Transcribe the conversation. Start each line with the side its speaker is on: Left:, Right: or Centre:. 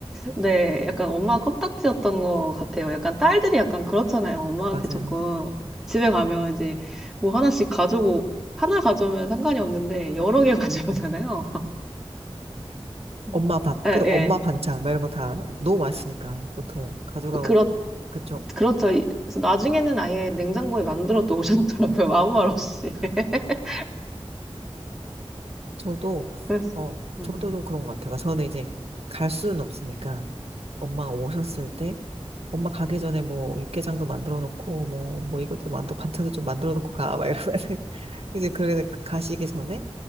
Centre: 네, 약간 엄마 껌딱지였던 것 같아요. 약간 딸들이 약간 그렇잖아요. 엄마한테
Right: 맞아요.
Centre: 조금 집에 가면 이제 뭐 하나씩 가져오고, 하나 가져오면 상관이 없는데 여러 개 <laughs> 가져오잖아요. 음.
Right: 엄마 밥,
Centre: 예,
Right: 그
Centre: 예.
Right: 엄마 반찬, 막 이런 거 다 너무 맛있으니까, 보통 가져가고,
Centre: 그렇,
Right: 그쵸?
Centre: 그렇죠. 이- 그래서 나중에는 아예 냉장고에 만들어 놓으셨더라고요. <laughs> 아무 말 없이. <laughs>
Right: 저도,
Centre: 그랬어요.
Right: 어,
Centre: 음.
Right: 저도 좀 그런 것 같아요. 그러니까 저는 이제 갈 수는 없으니까 엄마가 오셨을 때 엄마 가기 전에 뭐 육개장도 만들어 놓고 뭐, 뭐 이것도 만들어, 반찬도 좀 만들어 놓고 가, 막 이러면 <laughs> 이제 그래 가시기 전에